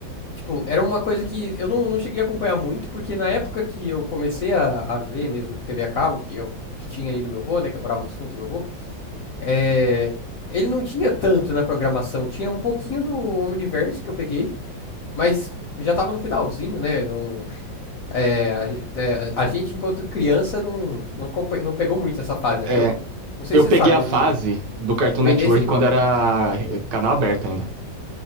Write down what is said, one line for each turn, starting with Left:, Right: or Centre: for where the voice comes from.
Left: tipo, era uma coisa que eu não, não cheguei a acompanhar muito, porque na época que eu comecei a, a ver mesmo TV a cabo, que eu que tinha ali no meu avô, né, que eu morava nos fundos do meu avô, é, ele não tinha tanto na programação, tinha um pouquinho do Omniverse que eu peguei, Mas já tava no finalzinho, né? Não, é, a, ge- né, a- a gente, enquanto criança, não, não, acompanha- não pegou muito essa fase, né?
Right: É,
Left: Porque, eu, o- não sei
Right: eu
Left: se você
Right: peguei
Left: sabe,
Right: a
Left: mas
Right: fase
Left: o,
Right: do Cartoon
Left: o Ben
Right: Network
Left: 10, ele...
Right: quando era eh, canal aberto ainda.